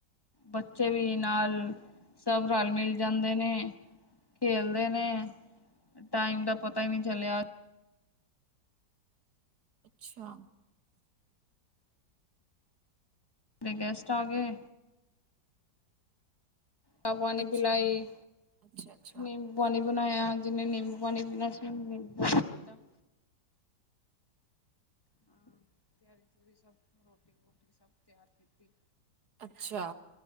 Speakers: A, on the left; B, on the right.
A: ਬੱਚੇ ਵੀ ਨਾਲ ਸਭ ਰਲ ਮਿਲ ਜਾਂਦੇ ਨੇ ਖੇਲਦੇ ਨੇ ਟਾਈਮ ਦਾ ਪਤਾ ਹੀ ਨਹੀਂ ਚੱਲਿਆ।
B: ਅੱਛਾ
A: ਫਿਰ ਗੈਸਟ ਆ ਗਏ। ਚਾਹ ਪਾਣੀ
B: ਅੱਛਾ
A: ਪਿਲਾਈ
B: ਅੱਛਾ ਅੱਛਾ
A: ਨਿੰਬੂ ਪਾਣੀ ਬਣਾਇਆ ਜਿਹਨੇ ਨਿੰਬੂ ਪਾਣੀ <unintelligible> ਹਾਂ ਤਿਆਰੀ ਤਰੀ ਸਭ ਰੋਟੀ ਵੋਟੀ ਸਭ ਤਿਆਰ ਕੀਤੀ ਤੇ
B: ਅੱਛਾ।